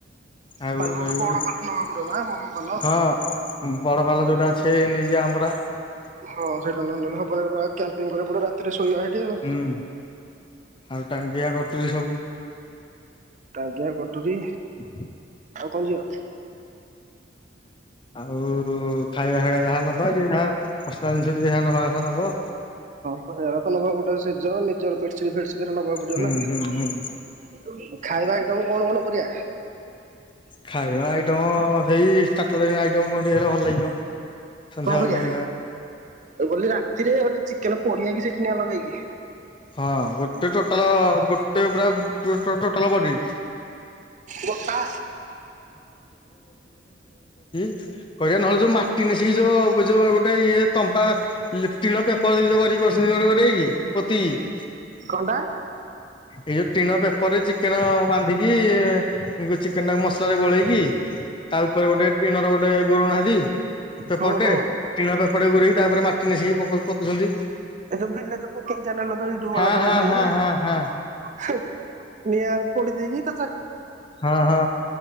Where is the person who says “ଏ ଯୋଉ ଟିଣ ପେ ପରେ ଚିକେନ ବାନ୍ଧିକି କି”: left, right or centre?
Left